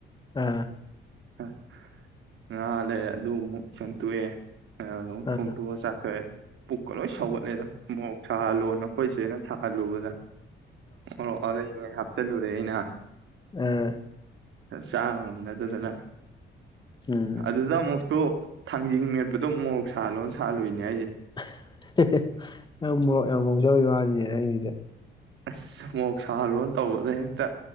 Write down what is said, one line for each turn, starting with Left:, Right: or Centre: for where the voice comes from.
Left: ꯑꯥ
Right: ꯑ ꯉꯥ ꯂꯩꯔ ꯑꯗꯨ ꯑꯃꯨꯛ ꯁꯦꯝꯇꫭꯛ ꯑꯦ ꯑꯗꯨꯒ ꯑꯃꯨꯛ
Left: ꯑꯥ
Right: ꯊꯣꯡꯗꯣꯛꯑ ꯆꯊꫭꯛ ꯑꯦ ꯄꯨꯛꯀ ꯂꯣꯏ ꯁꯧꯒꯠꯂꯦꯗ ꯃꯣꯛ ꯁꯥꯍꯜꯂꯣꯅ ꯑꯩꯈꯣꯏ ꯆꯦꯅ ꯊꯜꯂꯨꯕꯗ ꯑꯣ ꯑꯌꯩꯕꯉꯩ ꯍꯥꯞꯆꯤꯜꯂꯨꯔꯦ ꯑꯩꯅ
Left: ꯑꯥ
Right: ꯆꯥꯉꯝꯅꯗꯗꯅ
Left: ꯎꯝ
Right: ꯑꯗꯨꯗ ꯑꯃꯨꯛ ꯁꯣ ꯊꯥꯡꯖꯤꯡ ꯃꯦꯠꯄꯗꯣ ꯃꯣꯔꯣꯛ ꯁꯥꯜꯂꯣꯅ ꯁꯥꯜꯍꯜꯂꯨꯏꯅꯦ ꯍꯥꯏꯁꯦ
Left: <unintelligible> ꯅꯪ ꯃꫭꯔꫭꯛ ꯌꯥꯝ ꯃꫭꯔꫭꯛ ꯆꯥꯕꯩ ꯋꯥꯅꯤꯅꯦ ꯅꯪꯖꯤꯗꯤ
Right: ꯑꯁ ꯃꯣꯔꯣꯛ ꯁꯥꯍꯜꯂꯣ ꯇꯧꯕꯗ ꯍꯦꯛꯇ